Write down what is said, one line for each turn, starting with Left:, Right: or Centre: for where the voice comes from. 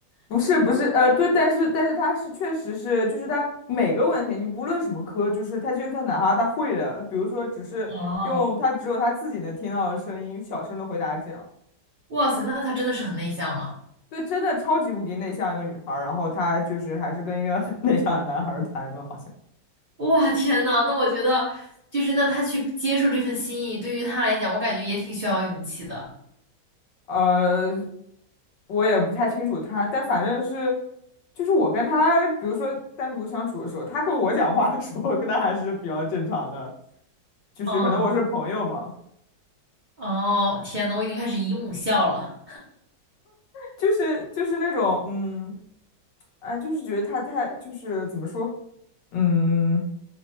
Left: 不是不是，呃，对，但是但是他是确实是，就是他每个问题，你不论什么科，就是他就算哪怕他会的，比如说只是用他只有他自己能听到的声音，
Right: <laughs> 哦，
Left: 小声的回答这样。
Right: 哇塞，那他真的是很内向了。
Left: 对，真的超级无敌内向一个女孩儿，然后她就是还是跟一个很内向的男孩儿谈了，好像。
Right: 哇，天呐，那我觉得就是那他去接受这份心意，对于他来讲，我感觉也挺需要勇气的。
Left: 呃，我也不太清楚他，但反正是，就是我跟他，比如说单独相处的时候，他跟我讲话的时候，跟他还是比较正常的，就是可能我是朋友嘛。
Right: 嗯，哦，天呐，我已经开始姨母笑了。
Left: 就是就是那种，嗯，啊，就是觉得他太就是怎么说，嗯，